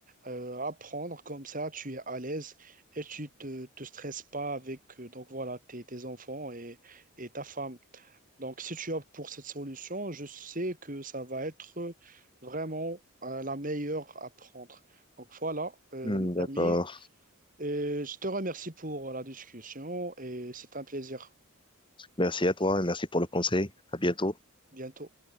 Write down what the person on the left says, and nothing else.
hmm,
d'accord.
Merci à toi et merci pour le conseil. À bientôt.